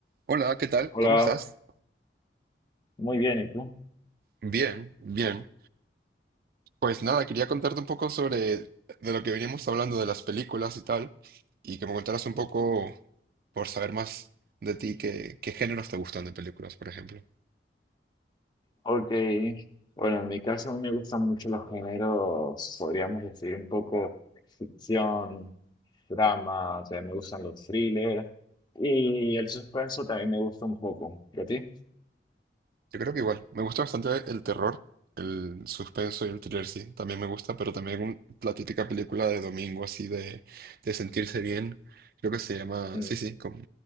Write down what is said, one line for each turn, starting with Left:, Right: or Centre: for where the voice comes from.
Right: Hola, ¿qué tal?
Left: Hola,
Right: ¿Cómo estás?
Left: muy bien, ¿y tú?
Right: Bien, bien. Pues nada, quería contarte un poco sobre de lo que veníamos hablando de las películas y tal, y que me contaras un poco por saber más de ti qué, qué géneros te gustan de películas, por ejemplo.
Left: Ok, bueno, en mi caso a mí me gustan mucho los géneros, podríamos decir un poco ficción, drama, también me gustan los thrillers y el suspenso también me gusta un poco. ¿Y a ti?
Right: Yo creo que igual, me gusta bastante el terror, el suspenso y el thriller, sí, también me gusta, pero también un- la típica película de domingo así de, de sentirse bien, creo que se llama,
Left: Mm,
Right: sí, sí, como,